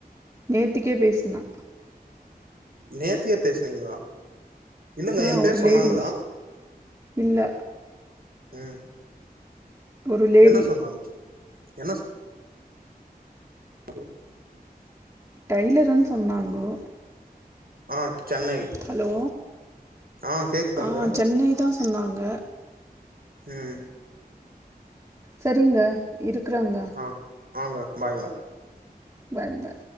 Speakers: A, on the right; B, on the right.
A: நேத்திக்கே பேசுனே
B: நேத்தியே பேசுனீங்களா இல்லங்க
A: ஆ
B: ஏ பேர்
A: ஒரு
B: சொன்னாங்களா
A: லேடி இல்ல
B: ம்
A: ஒரு லேடி
B: என்ன சொன்னாங்க என்ன அது
A: டெய்லர்ன் சொன்னாங்கோ
B: ஆ சென்னை
A: ஹலோ
B: ஆ கேக்குதாங்க
A: ஆ சென்னை தா சொன்னாங்க
B: ம்
A: சரிங்க இருக்குறேங்க
B: ஆ ஆங்க பாய்ங்க
A: பாய் பாய்